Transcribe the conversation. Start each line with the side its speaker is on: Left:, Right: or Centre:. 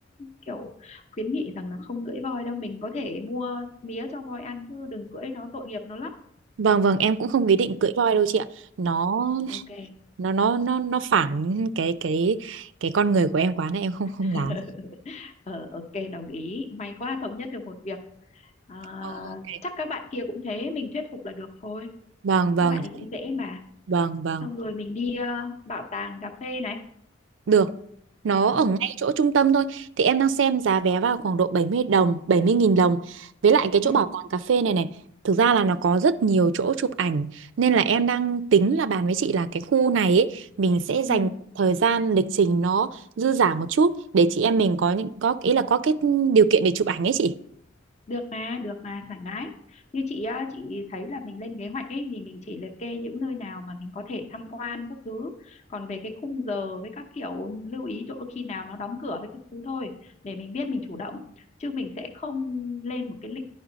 Left: kiểu khuyến nghị rằng là không cưỡi voi đâu mình có thể mua mía cho voi ăn chứ đừng cưỡi nó tội nghiệp nó lắm
Right: Vâng vâng, em cũng không ý định
Left: ừ.
Right: cưỡi voi đâu chị ạ. Nó
Left: ok
Right: nó nó nó nó phản cái cái cái con người của em quá nên em không
Left: <laughs>
Right: không dám.
Left: Ờ, ok đồng ý may quá thống nhất được một việc à,
Right: Ờ, ok.
Left: chắc các bạn kia cũng thế mình thuyết phục là được thôi
Right: Vâng vâng,
Left: các bạn ấy
Right: chị.
Left: cũng dễ mà
Right: vâng vâng.
Left: xong rồi mình đi ờ, bảo tàng cà phê này
Right: Được. Nó ở
Left: ừ
Right: ngay chỗ trung tâm thôi. Thì em đang xem giá vé vào khoảng độ 70 đồng, 70.000 đồng. Với lại cái
Left: ừ
Right: chỗ bảo tàng cà phê này này, thực ra là nó có rất nhiều chỗ chụp ảnh nên là em đang tính là bàn với chị là cái khu này ấy, mình sẽ dành
Left: ừ
Right: thời gian lịch trình nó dư dả một chút để chị em mình có những có ý là có cái điều kiện để chụp ảnh ấy chị.
Left: được mà được mà thoải mái như chị á, chị thấy là mình lên kế hoạch ấy thì mình chỉ liệt kê những nơi nào mà mình có thể tham quan các thứ còn về cái khung giờ với các kiểu lưu ý chỗ khi nào nó đóng cửa với các thứ thôi để mình biết mình chủ động chứ mình sẽ không lên một cái lịch